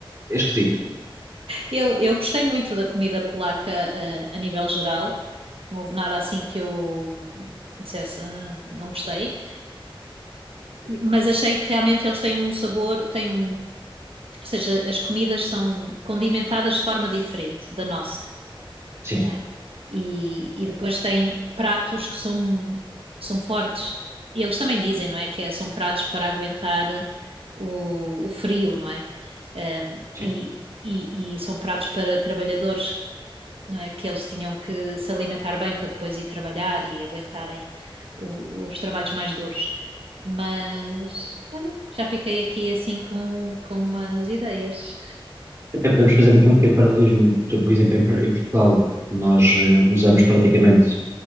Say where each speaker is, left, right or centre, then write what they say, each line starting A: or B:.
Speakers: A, on the right; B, on the right.
A: esquisito.
B: eu, eu gostei muito da comida polaca, eh, a nível geral. Não houve nada assim que eu dissesse, "Ah, não gostei. Mas achei que realmente eles têm um sabor, têm um, ou seja, as comidas são condimentadas de forma diferente da nossa,
A: Sim,
B: não é? E,
A: sim,
B: e depois têm pratos que são, são fortes. E eles também dizem, não é? Que é- são pratos para aguentar o, o frio, não é? Ahm, e,
A: sim.
B: e- e são pratos para trabalhadores não é? Que eles tinham que se alimentar bem para depois ir trabalhar e aguentarem o- os trabalhos mais duros. Mas, olha, já fiquei aqui assim com, com umas ideias.
A: Até podemos fazer aqui um pequeno paralelismo. Por por exemplo, em, Por- em Portugal, nós eh, usamos praticamente